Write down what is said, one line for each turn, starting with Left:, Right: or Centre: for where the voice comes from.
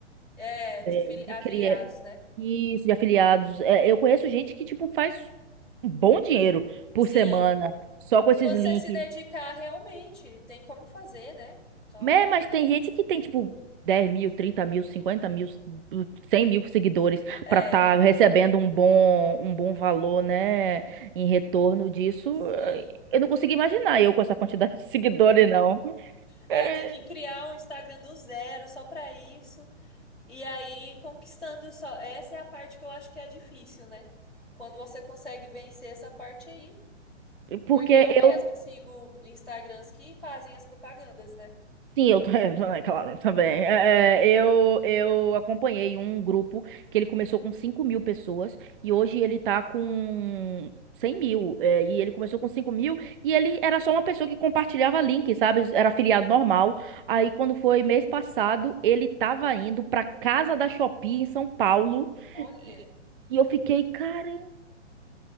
Centre: é de
Right: É,
Centre: fili-
Right: de
Centre: afiliados,
Right: criar.
Centre: né?
Right: Isso, de afiliados. É, eu conheço gente que, tipo, faz um bom dinheiro por
Centre: Sim,
Right: semana só com
Centre: se
Right: esses
Centre: você
Right: links.
Centre: se dedicar realmente, tem como fazer, né? Então,
Right: É, mas tem gente que tem, tipo, 10 mil, 30 mil, 50 mil, 100 mil seguidores
Centre: é,
Right: pra tá recebendo um bom, um bom valor, né? Em retorno disso.
Centre: sim.
Right: Eh, Eu não consigo imaginar eu com essa quantidade de seguidores, não.
Centre: É,
Right: É,
Centre: tem que criar um Instagram do zero só pra isso. E aí conquistando só. Essa é a parte que eu acho que é difícil, né? Quando você consegue vencer essa parte aí.
Right: é, porque
Centre: Porque eu mesmo
Right: eu
Centre: sigo Instagrams que fazem as propagandas, né?
Right: Sim, eu, <laughs> é claro, também. É, é, eu, eu acompanhei um grupo que ele começou com 5 mil pessoas e hoje ele tá com 100 mil. É, e ele começou com 5 mil e ele era só uma pessoa que compartilhava link, sabe? Era afiliado normal. Aí, quando foi mês passado, ele tava indo pra casa da Shopee em São Paulo
Centre: Olha,
Right: e, e eu fiquei, caramba.